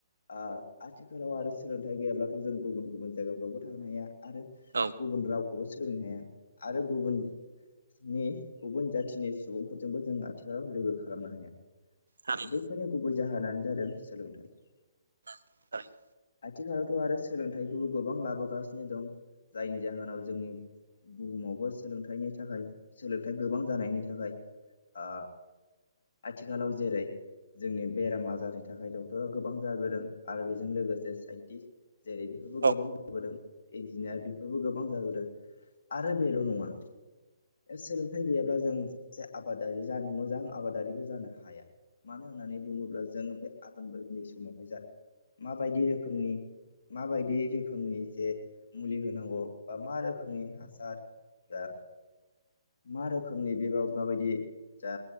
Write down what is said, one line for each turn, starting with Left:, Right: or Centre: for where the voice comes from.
Left: आ-आथिखालाव आरो सोलोंथाइ गैयाब्लाथ' जों गुबुन गुबुन जायगाफ्रावबो थांनो हाया। आरो
Right: औ
Left: गुबुन रावखौबो सोलोंनो हाया आरो गुबुन नि गुबुन जाथिनि सुबुंफोरजोंबो जों आथिखालाव लोगो खालामनो हाया।
Right: थारै
Left: बैफोरनि गुबै जाहोनानो जादों सोलोंथाइ।
Right: थारैनो।
Left: आथिखालावथ' आरो सोलोंथाइखौबो गोबां लाबोगासिनो दं जायनि जाहोनाव जोंनि बुहुमावबो सोलोंथाइनि थाखाय सोलोंथाइ गोबां जानायनि थाखाय ओ आथिखालाव जेरै जोंनि बेराम आजारनि थाखाय डक्टरा गोबां जाबोदों आरो बेजों लोगोसे साइन्टिस्ट जेरै बेफोरबो
Right: औ
Left: गोबां जाबोदों इन्जिनियार बेफोरबो गोबां जाबोदों आरो बेल' नङा सोलोंथाइ गैयाब्ला जों सासे आबादारि जानो मोजां आबादारिबो जानो हाया। मानो होननानै बुङोब्ला जों बे फोरनि समावहाय जा माबायदि रोखोमनि माबायदि रोखोमनि जे मुलि होनांगौ बा मा रोखोमनि हासार दा मा रोखोमनि बेबा माबायदि जा